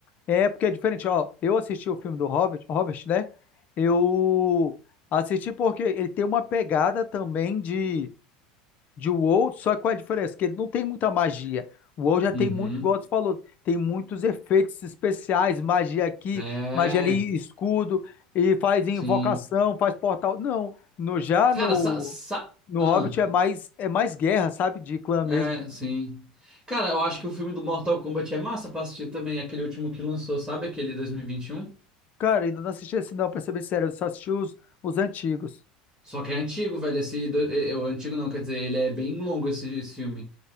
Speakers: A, on the left; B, in the centre.
A: É, porque é diferente, ó. Eu assisti o filme do Robert, Robert, né? Eu assisti porque ele tem uma pegada também de, de WoW, só que qual é a diferença? Que ele não tem muita magia. O WoW já tem
B: Uhum.
A: muito, igual você falou, tem muitos efeitos especiais, magia aqui,
B: É,
A: magia ali, escudo, e faz invocação,
B: sim.
A: faz portal. Não, no, já
B: Cara,
A: no,
B: sa, sa,
A: no
B: ahn.
A: Hobbit é mais, é mais guerra, sabe? De clã mesmo.
B: É, sim. Cara, eu acho que o filme do Mortal Kombat é massa pra assistir também, aquele último que lançou, sabe? Aquele dois mil e e vinte e um
A: Cara, ainda não assisti esse não, pra ser bem sério, eu só assisti os, os antigos.
B: Só que é antigo, velho. Esse, do- é, é, o antigo não, quer dizer, ele é bem longo esse, esse filme.